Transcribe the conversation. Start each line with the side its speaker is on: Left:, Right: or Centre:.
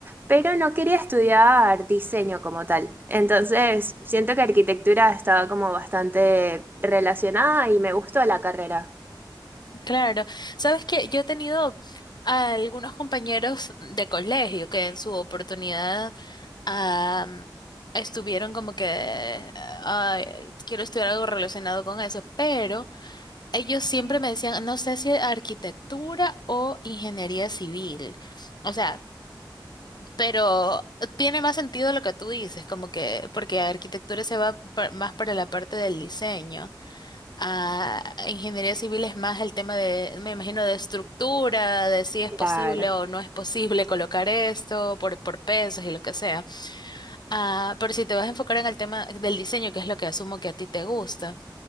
Right: pero no quería estudiar diseño como tal. Entonces, siento que arquitectura estaba como bastante relacionada y me gustó la carrera.
Left: Claro, sabes que yo he tenido a algunos compañeros de colegio que en su oportunidad am, estuvieron como que "Ay, quiero estudiar algo relacionado con eso, pero ellos siempre me decían, no sé si arquitectura o ingeniería civil. O sea, pero tiene más sentido lo que tú dices, como que porque arquitectura se va pa- más para la parte del diseño a ingeniería civil es más el tema de, me imagino, de estructura, de si es
Right: Claro.
Left: posible o no es posible colocar esto por, por pesos y lo que sea. Ah, pero si te vas a enfocar en el tema del diseño, que es lo que asumo que a ti te gusta,